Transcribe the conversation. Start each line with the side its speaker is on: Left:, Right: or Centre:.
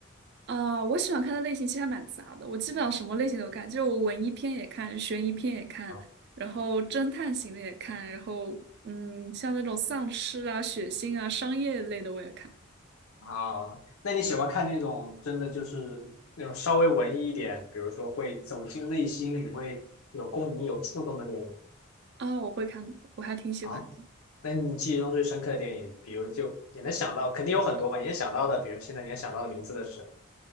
Right: 啊，我喜欢看的类型其实还蛮杂的，我基本上什么类型都看，就是我文艺片也看，悬疑片也看，
Left: 啊
Right: 然后侦探型的也看，然后嗯，像那种丧尸啊、血腥啊、商业类的我也看
Left: 啊，那你喜欢看那种真的就是那种稍微文艺一点，比如说会走进内心，你会有共鸣、有触动的电影？
Right: 啊，我会看，我还挺喜欢。
Left: 啊，那你记忆中最深刻的电影，比如就也能想到，肯定有很多吧？你能想到的，比如现在你能想到的名字的是什么？